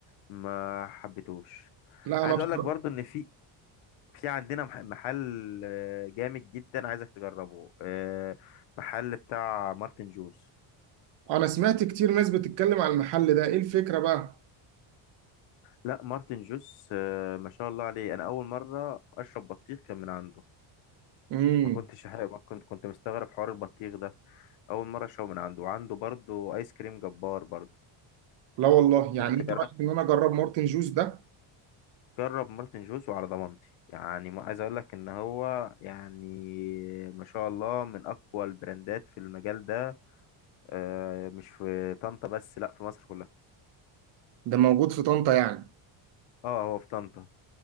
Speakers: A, on the left; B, on the right.
A: ما حبيتهوش
B: لا
A: عايز
B: انا بصراحة
A: اقول لك برضو ان في في عندنا مح- محل آه، جامد جدا عايزك تجربه آه، محل بتاع مارتن جوز
B: انا سمعت كتير ناس بتتكلم على المحل ده ايه الفكرة بقى
A: لا مارتن جوس آه، ما شاء الله عليه انا اول مره اشرب بطيخ كان من عنده
B: امم
A: ما كنتش حي... ما كنت كنت مستغرب حوار البطيخ ده اول مره اشربه من عنده وعنده برضه ايس كريم جبار برضه
B: لا والله يعني
A: انت
B: انت
A: جرب
B: رايك ان انا اجرب مارتن جوز ده
A: جرب مارتن جوس وعلى ضمانتي يعني ما عايز اقول لك ان هو يعني ما شاء الله من اقوى البراندات في المجال ده آه، مش في طنطا بس لا في مصر كلها
B: ده موجود في طنطا يعني
A: اه هو في طنطا